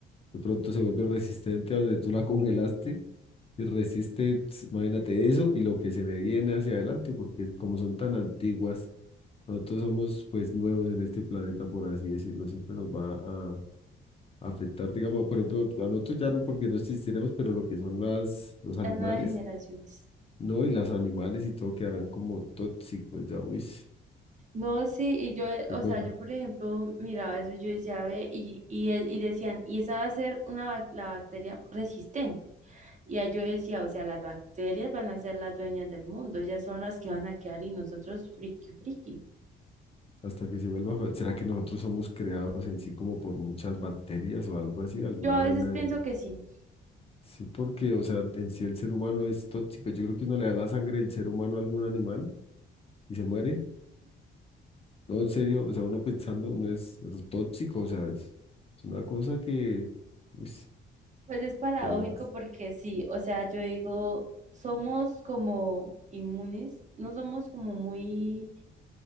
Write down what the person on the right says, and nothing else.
Las nuevas generaciones.
No, sí, y yo, eh,
o
sea, yo por ejemplo miraba eso y yo decía, ve, y, y, e- y decían, y esa va a ser una, bac- la bacteria resistente. Y ahí yo decía, o sea, las bacterias van a ser las dueñas del mundo, ellas son las que van a quedar y nosotros friki friki.
Yo a
veces pienso
que sí.
Pues es paradójico
porque sí, o sea, yo digo, somos como inmunes, no somos como muy,